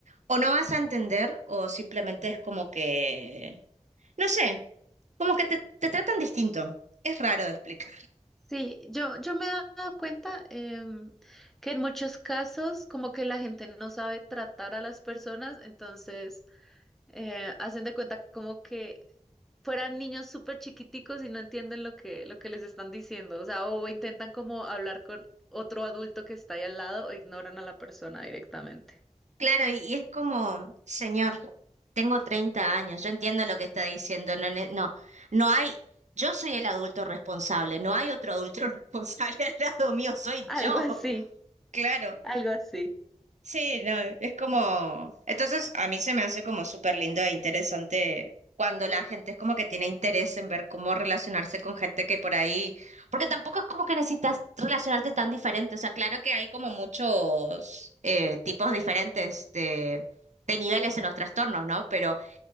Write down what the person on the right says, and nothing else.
o no vas a entender o simplemente es como que, no sé, como que te, te tratan distinto. Es raro de explicar.
Claro, y y es como, señor, tengo 30 años, yo entiendo lo que está diciendo, no, ne- no, no hay, yo soy el adulto responsable, no hay otro adulto <laughs> responsable al lado mío, soy
yo,
claro.
Sí, no, es como... Entonces a mí se me hace como súper lindo e interesante cuando la gente es como que tiene interés en ver cómo relacionarse con gente que por ahí... Porque tampoco es como que necesitas relacionarte tan diferente. O sea, claro que hay como muchos eh, tipos diferentes de, de niveles en los trastornos, ¿no? Pero